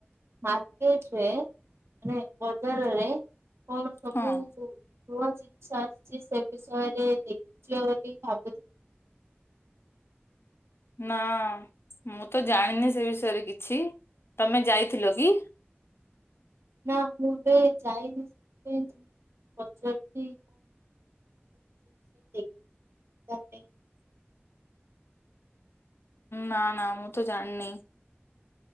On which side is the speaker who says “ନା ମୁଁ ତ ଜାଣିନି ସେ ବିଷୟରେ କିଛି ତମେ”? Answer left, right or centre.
Left